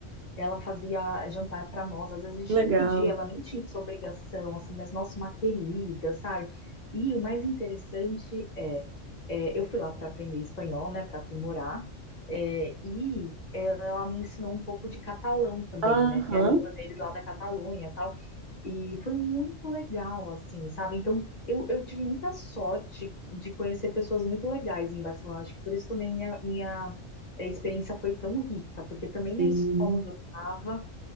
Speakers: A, on the left (about 40°); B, on the right (about 60°).
A: ela fazia jantar para nós, às vezes a gente
B: que legal.
A: nem pedia, ela nem tinha essa obrigação, assim, mas nossa, uma querida, sabe? E o mais interessante é, é, eu fui lá para aprender espanhol, né, para aprimorar, é, e ela me ensinou um pouco de catalão também,
B: Aham,
A: né, que é a língua deles lá da Catalunha, tal. E foi muito legal, assim, sabe? Então, eu, eu tive muita sorte de conhecer pessoas muito legais em Barcelona. Acho que por isso também minha, minha eh, experiência foi tão rica, porque também
B: sim.
A: na escola onde eu estava